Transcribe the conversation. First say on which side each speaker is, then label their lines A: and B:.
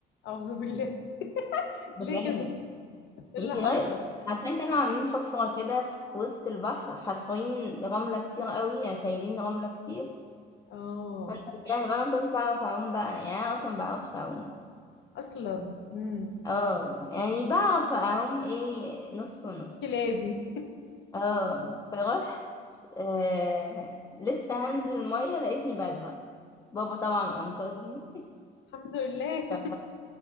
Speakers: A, on the left (about 65°); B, on the left (about 15°).
A: اعوذ بالله <laughs>
B: بجد
A: ليه كده ايه
B: غرقت
A: اللي حصل
B: عشان كانوا عاملين حفرة كده في وسط البحر حافرين رملة كتير قوي يعني شايلين رملة كتير
A: اه
B: انا يعني انا ما كنتش بعرف اعوم بقى يعني انا اصلا ما بعرفش اعوم
A: اصلا امم
B: اه يعني بعرف اعوم ايه نص ونص
A: كلابي
B: اه فرحت آه لسه هنزل المية لقيتني بغرق بابا طبعا انقذني
A: <laughs> الحمد لله
B: ف-